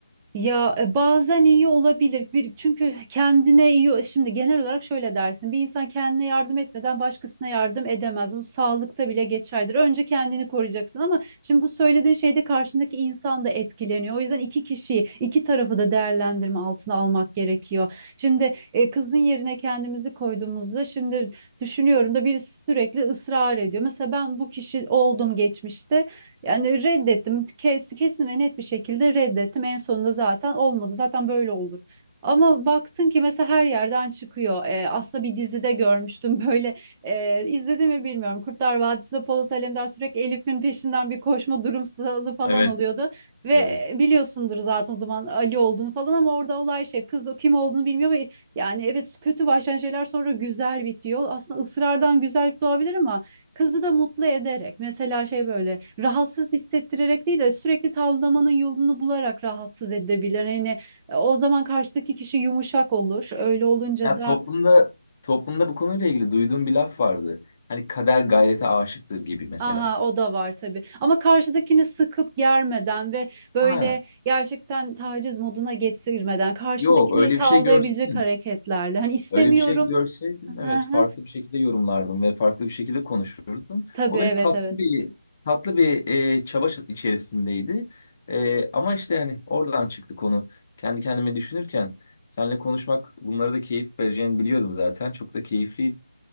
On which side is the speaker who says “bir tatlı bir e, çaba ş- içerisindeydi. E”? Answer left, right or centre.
Left